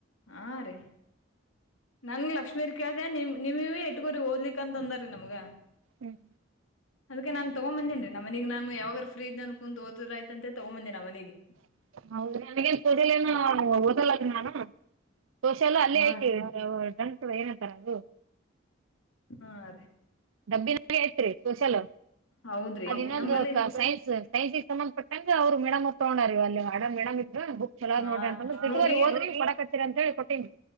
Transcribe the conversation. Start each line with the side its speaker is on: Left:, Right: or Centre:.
Left: ಹಾ ರೀ ನಾ ನಿಮ್ ಲಕ್ಷ್ಮಿರ್ಗ ಕೇಳ್ದ್ಯಾ ನಿಮ್ ನಿ ನೀವೇ ಇಟ್ಗೋರಿ ಓದ್ಲಿಕ ಅಂತ ಅಂದಾರಿ ನಮಗ.
Right: ಹ್ಮ್
Left: ಅದಕ್ಕೆ ನಾನ್ ತಗೊಂಡ್ ಬಂದೀನ್ರೀ ನಮ್ಮನಿಗ್ ನಾನ್ ಯಾವಾಗರ ಫ್ರೀ ಇದ್ನನ್ ಕುಂತ್ ಓದಿದ್ರಾಯ್ತ ಅಂತೇಳಿ ತಗೊ ಬಂದಿನಾ ಮನಿಗೆ
Right: <unintelligible> ನಾನು ಸೋಶಲ್ ಅಲ್ಲೇ
Left: ಹಾ
Right: ಐತಿ
Left: ರೀ
Right: ಟ್ರಂಕ್ ಏನಂತಾರ ಅದು
Left: ಹಾ ರೀ.
Right: ಡಬ್ಬಿನಾಗೆ ಐತ್ರಿ ಸೋಷಲ್
Left: ಹೌದ್ರಿ
Right: ಅದ ಇನ್ನೊಂದು
Left: ನಂಬಲ್ಲಿ
Right: ಸೈನ್ಸ್ ಸೈನ್ಸ್ಗೆ ಸಂಬಂಧಪಟ್ಟ್ ಹಂಗ ಅವ್ರ ಮೇಡಮ್ಮರ ತಗೊಂಡಾರೀ ಅಲ್ಲೇ ಅಡ ಮೇಡಮ್ ಇದ್ರ ಬುಕ್ ಚುಲೋದ್
Left: ಹಾ
Right: ನೋಡ್ರಿ ಅಂತಂದ್ರು ಇಟ್ಟಗೋರಿ
Left: ನೋಡ್ರಿ
Right: ಓದ್ರೀ ಕೊಡಕತ್ತಿರಿ ಅಂತ್ಹೇಳಿ ಕೊಟ್ಟೀನ್ರಿ